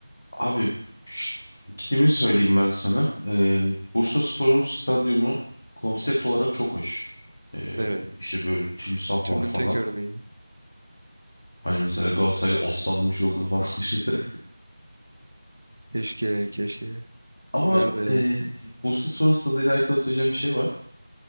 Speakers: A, on the left (about 35°); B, on the right (about 30°).
A: Abi şu- ikilimi söyleyeyim ben sana. Ee, Bursaspor'un stadyumu konsept olarak çok hoş. Ee,
B: Evet.
A: işte böyle timsah
B: Türünün
A: var falan.
B: tek örneği.
A: Hani mesela Galatasaray'da aslanlı bir şey olduğunu falan <laughs> düşünsene.
B: Keşke, keşke.
A: Ama
B: Nerede ya?
A: e, Bursaspor'un stadıyla alakalı söyleyeceğim bir şey var.